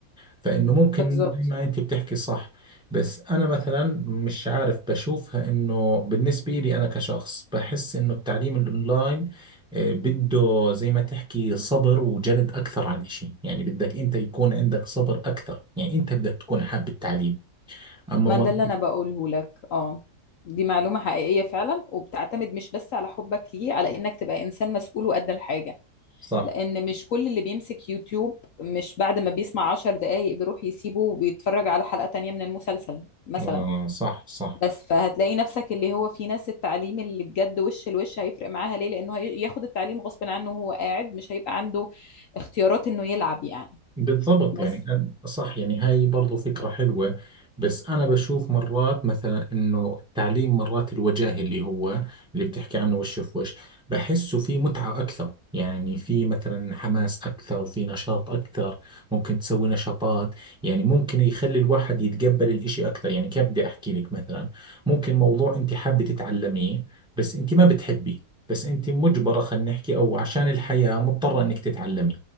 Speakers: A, in the centre; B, on the left.
A: فانه ممكن
B: بالظبط
A: زي ما انت بتحكي صح بس انا مثلا مش عارف بشوفها انه بالنسبه لي انا كشخص بحس انه التعليم الاونلاين آه، بده زي ما تحكي صبر وجلد اكثر على الاشي يعني بدك انت يكون عندك صبر اكثر يعني انت بدك تكون حاب التعليم اما
B: ما
A: مر...
B: ده اللي انا بقوله لك اه دي معلومة حقيقية فعلا وبتعتمد مش بس على حبك ليه على انك تبقى انسان مسؤول وقد الحاجة
A: صح
B: لأن مش كل اللي بيمسك يوتيوب مش بعد ما بيسمع عشر دقايق بيروح يسيبه وبيتفرج على حلقة تانية من المسلسل مثلا
A: آه، صح صح
B: بس فهتلاقي نفسك اللي هو في ناس التعليم اللي بجد وش الوش هيفرق معاها ليه لأنه هي- ياخد التعليم غصب عنه وهو قاعد مش هيبقى عنده اختيارات إنه يلعب يعني
A: بالضبط
B: بس
A: يعني أنا- صح يعني هاي برضو فكرة حلوة بس أنا بشوف مرات مثلا إنه التعليم مرات الوجاهي اللي هو اللي بتحكي عنه وش في وش بحسه في متعة أكثر يعني في مثلا حماس أكثر في نشاط أكثر ممكن تسوي نشاطات يعني ممكن يخلي الواحد يتقبل الإشي أكثر يعني كيف بدي أحكي لك مثلا ممكن موضوع أنت حابة تتعلميه بس أنت ما بتحبيه بس أنت مجبرة خلينا نحكي أو عشان الحياة مضطرة إنك تتعلمي